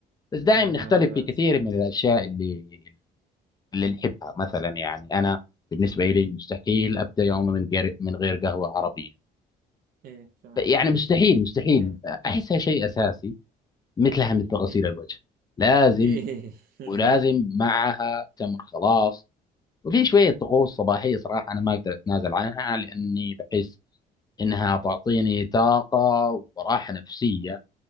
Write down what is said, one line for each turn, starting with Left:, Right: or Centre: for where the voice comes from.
Left: بس دائما
Right: اي والله
Left: نختلف
Right: انا بعد
Left: في كثير من الأشياء اللي اللي نحبها مثلا يعني أنا بالنسبة لي مستحيل أبدأ يومي من غير من غير قهوة عربية
Right: ايه فعلا
Left: يعني مستحيل مستحيل
Right: اوكي
Left: أحسها شيء أساسي مثلها مثل غسيل
Right: ايه
Left: الوجه لازم
Right: إيه. <laughs>
Left: ولازم معها تمر خلاص وفي شوية طقوس صباحية صراحة أنا ما أقدر أتنازل عنها لأني بحس إنها تعطيني طاقة وراحة نفسية